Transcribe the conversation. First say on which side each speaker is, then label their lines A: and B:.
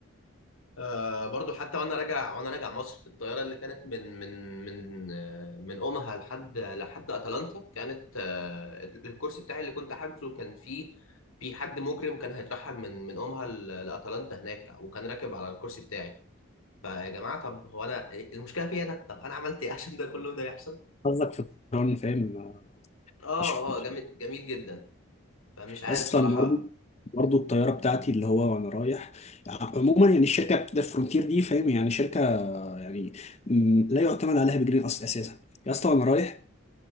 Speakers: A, on the left; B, on the left.
A: آه برضو حتى وانا راجع وانا راجع مصر في الطياره اللي كانت من من من آه من اومها لحد لحد اتلانتا كانت آه الكرسي بتاعي اللي كنت حاجزه كان فيه في حد مجرم كان هيترحل من من اومها ل- لاتلانتا هناك وكان راكب على الكرسي بتاعي فيا جماعه طب هو انا المشكله فيا انا طب انا عملت ايه عشان ده كله ده يحصل
B: قصدك في الطيران فاهم
A: اه
B: مش في-
A: اه جميل جميل جدا فمش عارف
B: اصلا
A: صراحه
B: برضو برضو الطياره بتاعتي اللي هو وانا رايح عموما يعني الشركه بتاعت فرونتير دي فاهم يعني شركه يعني م، لا يعتمد عليها بجنيه اصلا اساسا يا اسطى وانا رايح